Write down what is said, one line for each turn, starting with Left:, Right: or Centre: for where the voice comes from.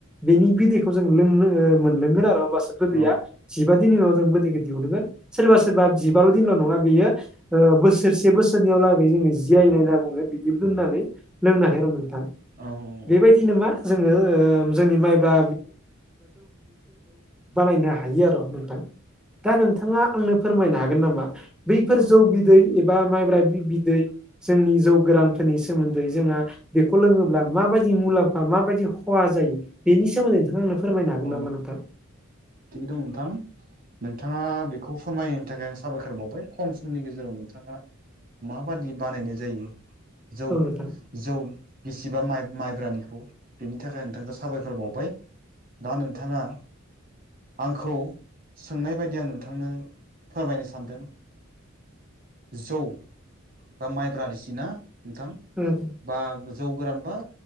Centre: बेनि बिदैखौ जों लोंनो मोनलोंगोन आरो होमबासो गोदैया
Right: औ
Centre: जिबा दिननि उनाव जों गोदैखौ दिहुनगोन सोरबा सोरबा जिबाल दिनल' नङा बेयो बोसोरसे बोसोरनैयाव लागै जोङो जिआयनाय होनना बुङो बिदिबो दोननानै लोंनो हायो र नोंथां
Right: औ
Centre: बेबायदिनो मा जोङो जोंनि माइब्रा बानायनो हायो आरो' नोंथां दा नोंथाङा आंनो फोरमायनो हागोन नामा बैफोर जौ बिदै एबा माइब्रा बिदै जोंनि जौ गोरानफोरनि सोमोन्दै जोंहा बेखौ लोङोब्ला माबायदि मुलाम्फा माबायदि खहा जायो बेनि सोमोन्दै नोंथां आनो फोरमायनो हागोन
Right: औ
Centre: नामा नोंथां
Right: थिग दं नोंथां नोंथाङा बेखौ फोरमायनो थाखाय आं साबायखर बावबाय खम समनि गेजेराव नोंथाङा माबादि बानायनाय जायो जौ
Centre: औ नोंथां
Right: जौ बिसिबा माइब्रानिखौ बेनि थाखाय नोंथांखौ साबायखर बावबाय दा नोंथाङा आंखौ सोंनाय बायदि आं नोंथांनो फोरमायनो सानदों जौ बा माइब्रा रोसि ना नोंथां
Centre: औ
Right: बा जौ गोरान बा